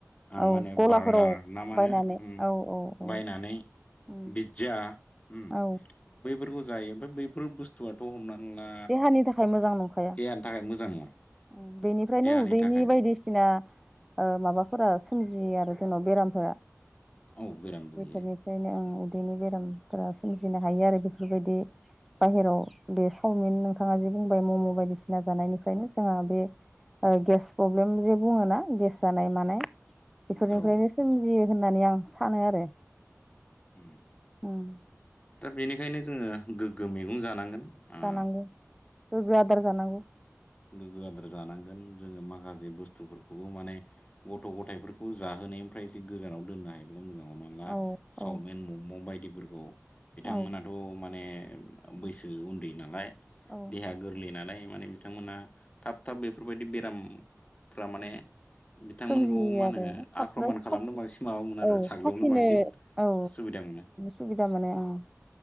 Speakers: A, in the centre; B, on the left.
A: औ
B: माने
A: गलाफोराव
B: बारगार ना मानो
A: बायनानै
B: उम
A: औ औ औ
B: बायनानै
A: उम
B: बिज्जा उम
A: औ
B: बैफोरखौ जायो ओमफ्राय बैफोर बुस्थुआ ट हमनानै ला
A: देहानि थाखाय मोजां नंखाया
B: देहानि थाखाय मोजां नङा
A: उम बेनिफ्रायनो
B: देहानि
A: उदैनि
B: थाखाय
A: बायदिसिना
B: मोजां
A: ओ माबाफोरा सोमजियो आरो जोंनाव बेरामफोरा
B: औ बेराम जायो
A: बेफोरनिफ्रायनो ओं उदैनि बेरामफोरा सोमजिनो हायो आरो बेफोरबायदि बाहेराव बे चावमिन नोंथाङा जे बुंबाय मम' बायदिसिना जानायनिफ्रायनो जोंहा बे ओ गेस प्रब्लेम जे बुङोना गेस जानाय मानाय बेफोरनिफ्रायनो
B: औ
A: सोमजियो होननानै आं सानो आरो
B: उम।
A: उम
B: दा बेनिखायनो जोङो गोग्गो मैगं जानांगोन ओ
A: जानांगौ गोग्गो आदार जानांगौ
B: गोगो आदार जानांगोन जोङो माखासे बुस्थुफोरखौ खौबो माने गथ' गथायफोरखौ जाहोनायनिफ्राय एसे गोजानाव दोननो हायो मोजां हमना ला
A: औ
B: सावमिन
A: औ
B: मम' बायदिफोरखौ बिथांमोनाथ'
A: औ
B: माने ओ बैसो उन्दै नालाय
A: औ
B: देहा गोरलै नालाय माने बिथांमोना थाब थाब बेफोरबायदि बेरामफ्रा माने बिथांमोनखौ
A: सोमजियो
B: मा
A: आरो
B: होनो
A: थाबनो
B: आख्रमान
A: साखि
B: खालामनो बांसिन माबामोन आरो
A: औ
B: साग्लोबनो
A: साखिनो
B: बांसिन
A: औ
B: सुबिदामोन
A: सुबिदा मोनो ओं